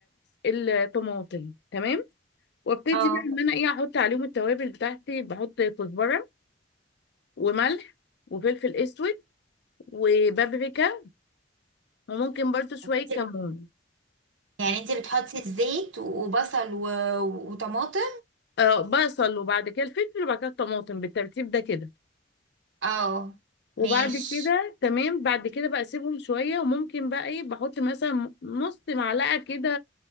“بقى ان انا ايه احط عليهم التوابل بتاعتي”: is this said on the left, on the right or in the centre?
Left